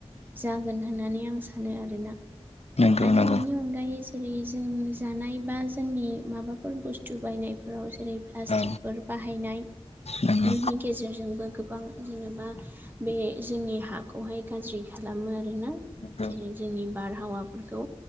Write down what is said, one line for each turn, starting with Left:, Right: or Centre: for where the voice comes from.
Right: जागोन होननानै आं सानो आरोना।
Left: नंगौ
Right: आरै
Left: नंगौ
Right: बेनि अनगायै जेरै जों जानाय बा जोंनि माबाफोर बुस्थु बायनायफोराव जेरै प्लास्टिकफोर
Left: औ
Right: बाहायनाय।
Left: नंगौ
Right: बिनि गेजेरजोंबो गोबां जेनेबा बे जोंनि हाखौहाय गाज्रि खाला खामो आरोना
Left: नंगौ
Right: जेरै
Left: नंगौ
Right: जोंनि बारहावाफोरखौ